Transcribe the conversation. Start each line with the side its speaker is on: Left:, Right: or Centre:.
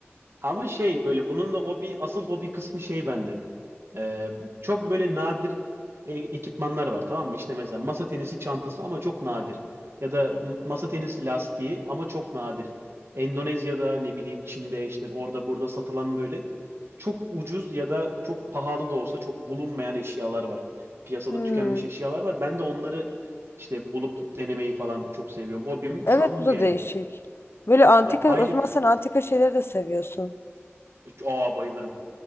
Right: Ama şey böyle bunun da hobi asıl hobi kısmı şey bende. Ee, çok böyle nadir e- ekipmanlar var tamam mı? İşte mesela masa tenisi çantası ama çok nadir. Ya da m- masa tenisi lastiği ama çok nadir. Endonezya'da ne bileyim Çin'de işte orada burada satılan böyle çok ucuz ya da çok pahalı da olsa çok bulunmayan eşyalar var. Piyasada
Left: Hmm.
Right: tükenmiş eşyalar var. Ben de onları işte bulup denemeyi falan çok seviyorum. Hobim
Left: Evet
Right: şu an
Left: bu
Right: bu
Left: da
Right: yani.
Left: değişik. Böyle antika
Right: Ya aylık...
Left: o zaman sen antika şeyleri de seviyorsun.
Right: Aa bayılırım.